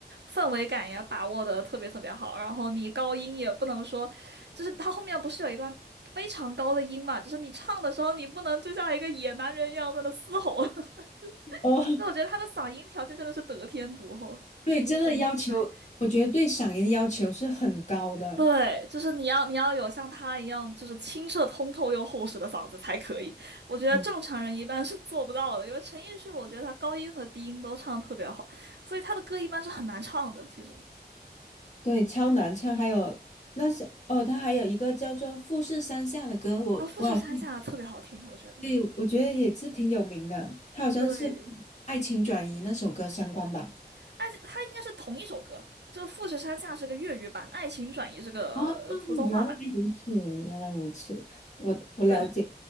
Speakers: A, on the right (about 80°); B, on the left (about 40°).
A: 氛围感也把握的特别特别好，然后你高音也不能说，就是他后面不是有一段非常高的音嘛，就是你唱的时候你不能就像一个野蛮人一样在那嘶吼，<laughs>
B: 哦。
A: 那我觉得他的嗓音条件真的是得天独厚，
B: 对，
A: 陈奕迅对。
B: 真的要求，我觉得对嗓音要求是很高的，
A: 对，就是你要你要有像他一样，就是清澈通透又厚实的嗓子才可以。我觉得正常人一般是做不到的，
B: 嗯，
A: 因为陈奕迅，我觉得他高音和低音都唱得特别好，所以他的歌一般是很难唱的。其实
B: 对，超难唱。还有那是哦，他还有一个叫做《富士山下》的歌，我我好像
A: 啊，《富士山下》特别好听，我觉得。
B: 对，我觉得也是挺有名的，他好像是
A: 对，
B: 《爱情转移》那首歌相关吧。
A: 而且他应该是同一首歌，就《富士山下》是个粤语版，《爱情转移》是个呃普通话版。
B: 哦，原来如此，原来如此，我我了解。
A: 对，